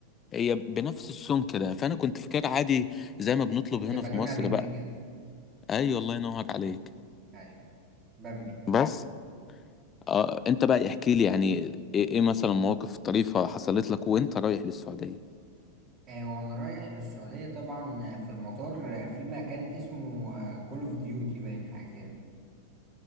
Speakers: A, on the left; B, on the right.
A: هي بنفس السمك كده فانا كنت فاكر عادي زي ما بنطلب
B: وبتبقى
A: هنا في
B: لونها
A: مصر
B: بينك
A: بقى
B: كده
A: ايوه الله ينور عليك
B: ايوه بامبي
A: بس آه انت بقى احكي لي يعني ايه إيه مثلا مواقف طريفة حصلت لك وانت رايح للسعودية
B: آه وانا رايح للسعوديه طبعا آه، في المطار آه، في مكان اسمه كول اوف ديوتي باين حاجه كده